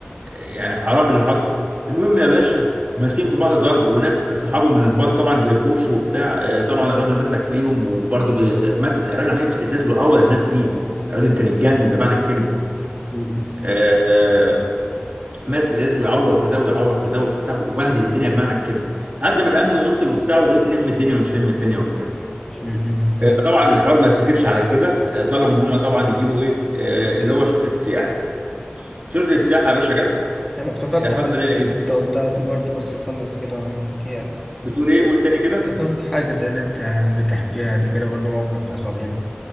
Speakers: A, on the right; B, in the centre.
A: يعني حرام اللي حصل المهم يا باشا ماسكين في بعض ضرب وناس صحابه من البار طبعا بيحوشوا وبتاع آه، طبعا الراجل مسك فيهم وبرضه بي... ماسك الراجل عمال يمسك ازاز ويعور الناس بيه الراجل
B: م-
A: كان اتجنن بمعنى الكلمه
B: م-
A: آه، ماسك الازاز ويعور في ده ويعور في ده وبتاع وبهدل الدنيا بمعنى الكلمه لحد ما الامن وصل وبتاع وايه لم الدنيا ومش لم الدنيا وبتاع
B: م-
A: آه، طبعا الحوار ما استكتش على كده آه، طلبوا ان هم طبعا يجيبوا ايه آه، اللي هو شرطه السياحه شرطه السياحه يا باشا جت
B: أنا افتكرت
A: آه، حصل
B: حاجة زي
A: ايه يا
B: اللي
A: جد-
B: أنت قلتها دي برضه بس أخلص كده وأنا هحكيها
A: بتقول ايه قول تاني كده
B: افتكرت حاجة زي اللي أنت بتحكيها دي كده برضه موقف حصل هنا